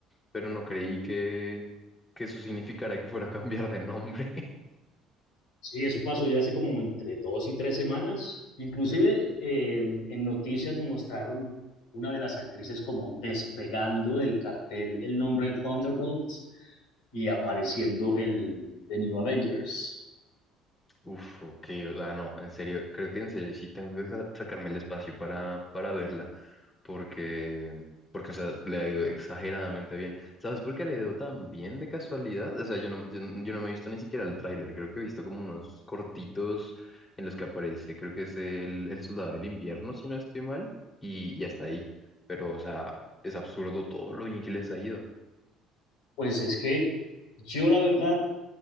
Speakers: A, on the left; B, on the left.
A: pero no creí que, que eso significara que fuera a cambiar de nombre. <laughs>
B: Sí, eso pasó ya hace como entre dos y tres semanas. Inclusive eh, en noticias mostraron una de las actrices como despegando del cartel el nombre de Thunderbolts y apareciendo el de New Avengers.
A: Uf, ok, o sea, no, en serio, creo que en serio sí tengo que sa- sacarme el espacio para, para verla, porque, porque, o sea, le ha ido exageradamente bien. ¿Sabes por qué le ha ido tan bien de casualidad? O sea, yo no, yo, no yo no me he visto ni siquiera el tráiler, creo que he visto como unos cortitos en los que aparece, creo que es el, el Soldado del Invierno, si no estoy mal, y, y hasta ahí, pero, o sea, es absurdo todo lo bien que les ha ido.
B: Pues es que yo la verdad